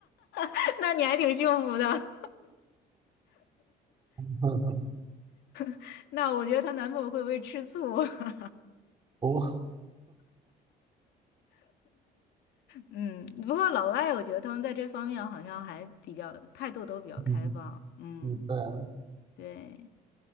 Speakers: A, on the left; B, on the right.
A: <laughs> 那你还挺幸福的。
B: <laughs>
A: <laughs> 那我觉得她男朋友会不会吃醋？<laughs>
B: 不，
A: 嗯，不过老外我觉得他们在这方面好像还比较态度都比较开放。
B: 嗯 <laughs>
A: 嗯，
B: 嗯，对，
A: 对。